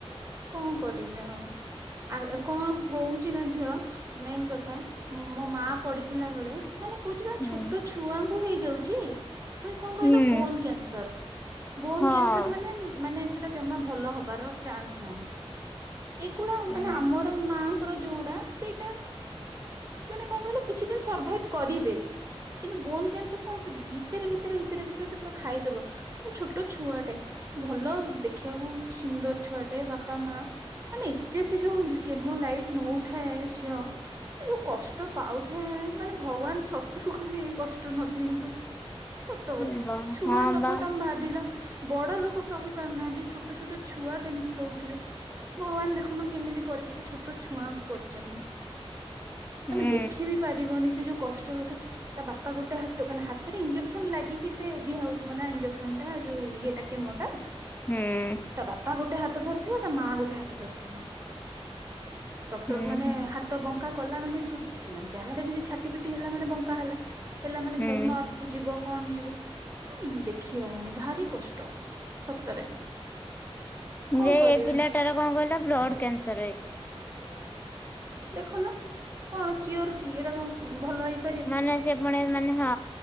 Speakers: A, on the right; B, on the left.
A: କଣ କରିବେ ଆଉ ଆ କଣ ହଉଚି ନା ଝିଅ ମେନ୍ କଥା ମୋ ମା ପଡିିଥିଲା ବେଳେ ମାନେ କଉଚି ବା
B: ହୁଁ
A: ଛୋଟ ଛୁଆଙ୍କୁ ହେଇଯାଉଛି ପୁଣି କଣ
B: ହୁଁ।
A: କହିଲ Bone cancer. ବୋନ୍
B: ହଁ
A: କ୍ୟାନସର ମାନେ ମାନେ ସେଟା ଜମା ଭଲ ହବାର ଚାନ୍ସ ନାହିଁ। ଏଗୁାଡ଼ା
B: ହୁଁ
A: ମାନେ ଆମର ମାଆଙ୍କର ଯୋଉଡା ସେଇଟା ମାନେ କଣ କଇଲ କିଛି ଦିନି ସରଭାଇବ୍ କରିବେ କିନ୍ତୁ ବୋନ୍ କ୍ୟାନସର କଣ ସେ ଭିତରେ ଭିତରେ ଭିତରେ ଭିତରେ ସେ ପୁରା ଖାଇଦବ। ଛୋଟ ଛୁଆଟେ ଭଲ ଦେଖିଆକୁ ସୁନ୍ଦର ଛୁଆ। ଟେ ବାପା ମା ମାନେ ଏତେ ସେ ଯୋଉ କେମୋ ଲାଇଟ ନୋଉଥାଏ ଝିଅ ସେ ଯୋଉ କଷ୍ଟ ପାଉଥାଏ ମାନେ ଭଗବାନ ଶତ୍ରୁକୁ ବି ଏଇ କଷ୍ଟ ନଦିଅନ୍ତୁ। ସତ କଥା।
B: ହଁ
A: ଛୁଆ ଲୋକ
B: ବା
A: ତମେ ଭାବିଲ। ବଡ ଲୋକ ସହି ପାରୁନାହାନ୍ତି ଛୋଟ ଛୋଟ ଛୁଆ କେମିତି ହଉଥିବେ ଭଗବାନ ଦେଖୁନୁ କେମିତି ପରୀକ୍ଷା ଛୋଟ ଛୁଆଙ୍କୁ କରିୁଛନ୍ତି।
B: ହୁଁ।
A: ତମେ ଦେଖି ବିି ପାରିବନି ସେ ଯୋଉ କଷ୍ଟ ହଉଥାଏ ତା ବାପା ଗୋଟେ ହାତ କନା ହାତ ଇଞ୍ଜେକ୍ସନ ଲାଗିକି ସେ ଦିଆ ହଉଥିବ ନା ଇଞଜେକ୍ସନ ଟା ଯୋଉ ଇଏ କେମୋ ଟା
B: ହୁଁ।
A: ତା ବାପା ଗୋଟେ ହାତ ତ ଧରିଥିବ ତା ମା ଗୋଟେ ହାତ ଧରିଥିବ ଡ଼କ୍ଟର୍
B: ହୁଁ
A: ମାନେ
B: ହୁଁ
A: ହା ତ୍ ତ ବଙ୍କା କଲା ମାନେେ ଯାହାେଲେ ବି ସେ ଛାଟି ପିଟି ହେଲା ମାନେ ବଙ୍କା ହେଲା। ହେଲା ମାନେ
B: ହୁଁ
A: କୋଉ ନରକୁ ଯିବ କଣ ଯିବ? ଦେଖି ହବନି ଭାରି କଷ୍ଟ ସତରେ। କଣ
B: ଯେ
A: କରିବେ
B: ଏ ପିଲାଟାରେ କଣ କହିଲ ବ୍ଲଡ୍ କ୍ୟାନସର୍ ହେଇଛି।
A: ଦେଖୁନ କଣ କିଓର୍ କି ଏଇଟା କଣ ଭଲ ହେଇ
B: ମାନେ ସେ ପୁଣି ମାନେ ହଁ!